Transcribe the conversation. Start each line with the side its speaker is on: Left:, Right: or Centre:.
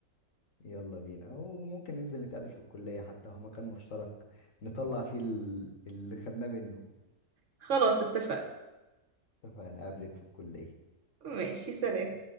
Left: <laughs> يلا بينا وممكن ننزل نتقابل في الكلية حتى هو مكان مشترك نطلع فيه ال- اللي خدناه منه
Right: خلاص اتفقنا
Left: اتفقنا اقابلك في الكلية
Right: ماشي سلام